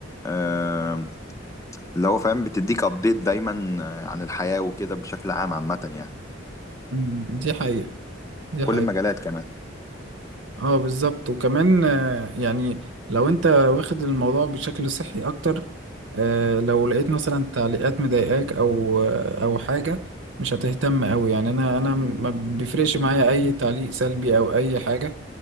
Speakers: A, on the left; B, on the right.
A: آه، اللي هو فاهم بتديك أبديت دايما آه، عن الحياة وكده بشكل عام عامة يعني
B: مم. دي حقيقة دي
A: كل
B: حقيقة
A: المجالات كمان
B: اه بالظبط وكمان آه، يعني لو انت واخد الموضوع بشكل صحي اكتر آه، لو لقيت مثلا تعليقات مضايقاك او آه، او حاجه مش هتهتم قوي يعني انا انا ما بيفرقش معايا اي تعليق سلبي او اي حاجه